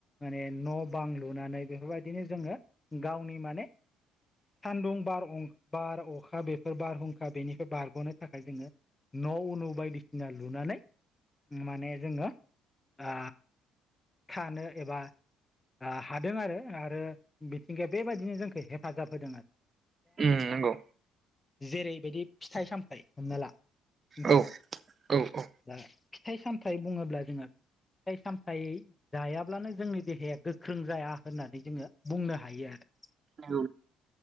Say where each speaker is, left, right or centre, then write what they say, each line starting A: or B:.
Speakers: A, on the left; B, on the right.
A: माने न' बां लुनानै बेफोरबायदिनो जोंङो गावनि माने
B: <inaudible>
A: सान्दुं बार बार अखा बेफोर बारहुंखा बेनिफ्राय बारग'नो थाखाय जोंङो न' अनु बायदिसिना लुनानै माने जोंङो आ थानो एबा आ हादों आरो आरो मिथिंगाया बेबायदिनो जोंखो हेफाजाब होदों आरो
B: उ नंगौ
A: जेरैबायदि फिथाइ सामथायाइ हमना ला नोंथां
B: औ औ नंगौ
A: दा फिथाइ सामथायाइ बुङोब्ला जोंङो फिथाइ सामथाय जायाब्लानो जोंनि देहाया गोख्रों जाया होननानै जोंङो बुंनो हायो आरो
B: औ